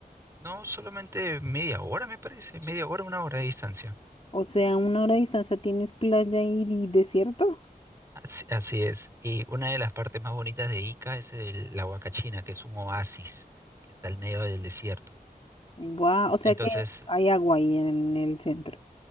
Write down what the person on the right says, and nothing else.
No, solamente media hora, me parece, media hora, una hora de distancia.
Así, así es. Y una de las partes más bonitas de Ica es el, la Huacachina, que es un oasis que está al medio del desierto.
Entonces,